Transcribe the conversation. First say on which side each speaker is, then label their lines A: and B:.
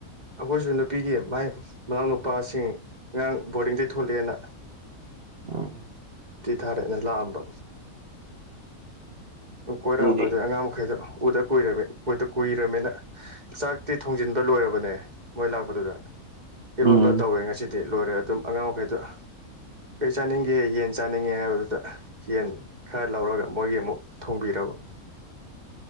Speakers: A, on the right; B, on the right.
A: ꯑꯩꯈꯣꯏꯁꯨ ꯅꯨꯄꯤꯒꯤ ꯃꯥꯏ ꯃꯅꯥꯎꯅꯨꯄꯥꯁꯤꯡ ꯑꯉꯥꯡ ꯕꯣꯔꯗꯤꯡꯗꯒꯤ ꯊꯣꯂꯛꯦꯅ
B: ꯎꯝ
A: ꯊꯤ ꯊꯥꯔꯦꯅ ꯂꯥꯛꯑꯝꯕ ꯀꯣꯏꯔꯛꯑꯝꯕ
B: ꯑꯗꯨꯗꯤ
A: ꯑꯗꯨꯩ ꯑꯉꯥꯡ ꯃꯈꯩꯗꯣ ꯎꯗ ꯀꯨꯏꯔꯃꯤ ꯀꯨꯏꯗ ꯀꯨꯏꯔꯕꯅꯤꯅ ꯆꯥꯛꯇꯤ ꯊꯣꯡꯖꯤꯟꯕ ꯂꯣꯏꯔꯕꯅꯦ ꯃꯣꯏ ꯂꯥꯛꯄꯗꯨꯗ ꯏꯔꯣꯟꯕ
B: ꯎꯝ
A: ꯇꯧꯋꯦ ꯉꯁꯤꯗꯤ ꯂꯣꯏꯔꯦ ꯑꯗꯨꯝ ꯑꯉꯥꯡ ꯃꯈꯩꯗ ꯀꯩ ꯆꯥꯅꯤꯡꯒꯦ ꯌꯦꯟ ꯆꯥꯅꯤꯡꯉꯦ ꯍꯥꯏꯕꯗꯨꯗ ꯌꯦꯟ ꯈꯔ ꯂꯧꯔꯒ ꯃꯣꯏꯒꯤ ꯑꯃꯨꯛ ꯊꯣꯡꯕꯤꯔꯕ